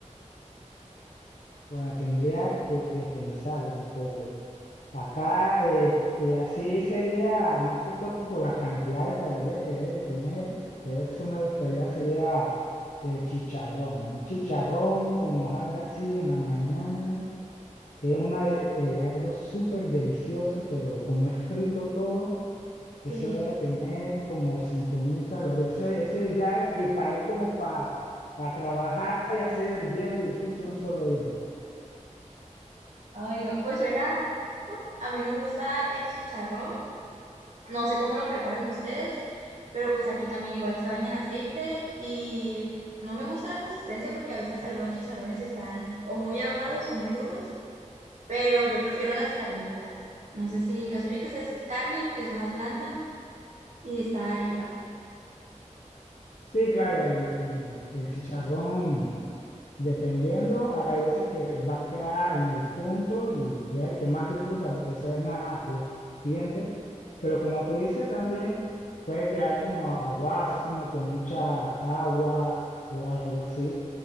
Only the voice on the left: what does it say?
Bueno, tendría que pensarlo porque acá eh, eh, así sería más que todo por la cantidad de calorías que debe tener, que es una bestialidad, sería el chicharrón. Un chicharrón con hojalda así en la mañana es una, de- eh, algo súper delicioso, pero como es frito todo,
eso debe tener como 5.000 calorías. Ese, ese ya es para ir como para trabajar y hacer 10 edificios en un solo día.
Sí, claro, el, el- el chicharrón, dependiendo, hay veces que va a quedar en el punto y, y es el que más disfruta porque suena crujiente, pero como tú dices, también puede quedar como agua, así como con mucha agua o algo así.